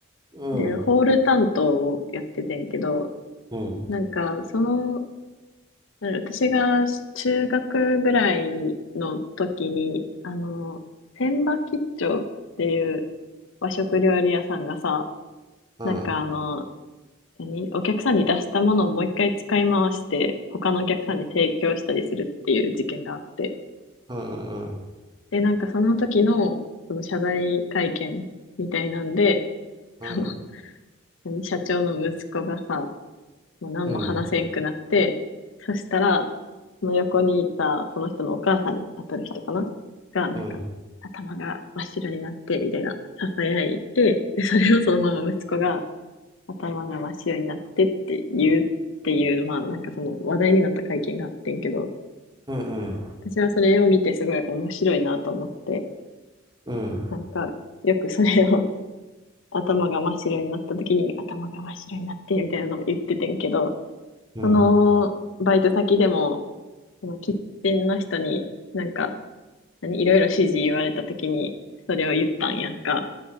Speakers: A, on the right; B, on the left.
A: うん
B: で、ホール担当をやっててんけど、
A: うん
B: なんか、その、私が中学ぐらいの時に、あの、千葉吉兆っていう和食料理屋さんがさ、
A: うん
B: なんかあの、何お客さんに出したものをもう一回使い回して、他のお客さんに提供したりするっていう事件があって。
A: うんうん
B: で、なんかその時の、その謝罪会見みたいなんで、
A: うん
B: その、何社長の息子がさ、もう何も話せんくなって、
A: うん
B: そしたら、その横にいたその人のお母さんに当たる人かなが、なんか、
A: うん
B: 頭が真っ白になって、みたいな、囁いて、で、それをそのまま息子が、頭が真っ白になってって言うっていう、まあ、なんかその話題になった会見があってんけど、
A: うん
B: 私はそれを見てすごい面白いなと思って、
A: うん
B: なんか、よくそれを頭が真っ白になった時に、頭が真っ白になって、みたいなのを言っててんけど、
A: うん
B: その、バイト先でも、その喫ンの人に、なんか、何、いろいろ指示言われた時に、それを言ったんやんか。